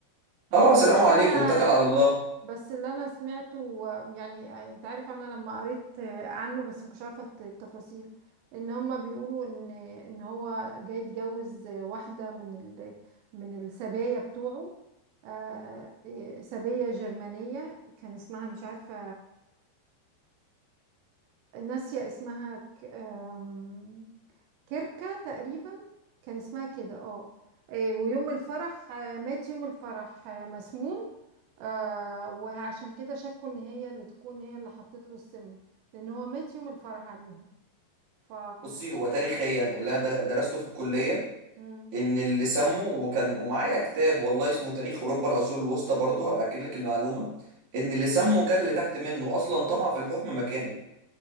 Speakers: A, on the right (about 50°); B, on the right (about 80°).
A: اه سلام
B: بس
A: عليكم
B: انا
A: واتكل على الله
B: بس اللي انا سمعته و- يعني آه، انت عارف انا لما قريت عنه بس ما كنتش عارفة الت- التفاصيل ان هما بيقولوا ان ان هو جاي يتجوز واحدة من ال من السبايا بتوعه آه، إيه، سبية جرمانية كان اسمها مش عارفة ناسية اسمها ك- آم، كركة تقريبا كان اسمها كده اه آه، ويوم الفرح آه، مات يوم الفرح آه، مسموم آه، وعشان كده شكوا ان هي اللي تكون هي اللي حطت له السم لان هو مات يوم الفرح عليها ف
A: بصي هو تاريخيا اللي انا در- درسته في الكليه
B: مم.
A: ان اللي سموا وكان ومعايا كتاب والله اسمه تاريخ اوروبا العصور الوسطى برضه هبقى اكد لك المعلومه ان اللي سموا كان اللي تحت منه اصلا طمع في الحكم مكانه